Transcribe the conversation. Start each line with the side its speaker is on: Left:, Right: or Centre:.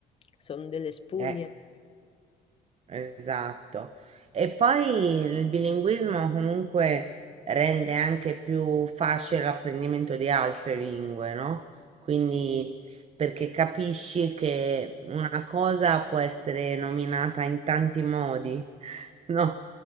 Left: Sono delle spugne.
Right: eh, esatto. E poi il bilinguismo comunque rende anche più facile l'apprendimento di altre lingue, no? Quindi, perché capisci che una cosa può essere nominata in tanti modi, <laughs> no?